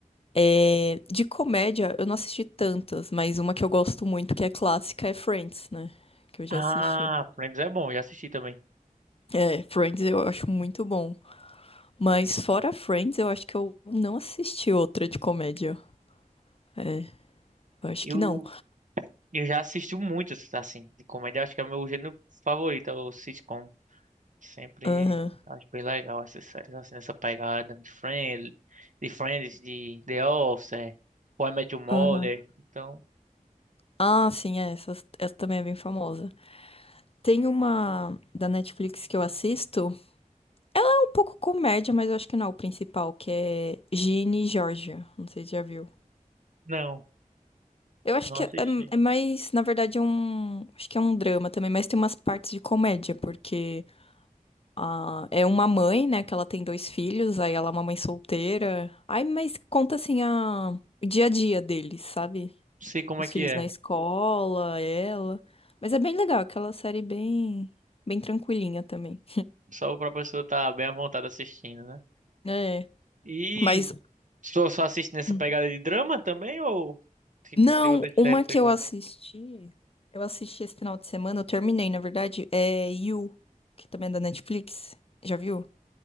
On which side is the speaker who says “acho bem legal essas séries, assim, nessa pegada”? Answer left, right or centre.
Right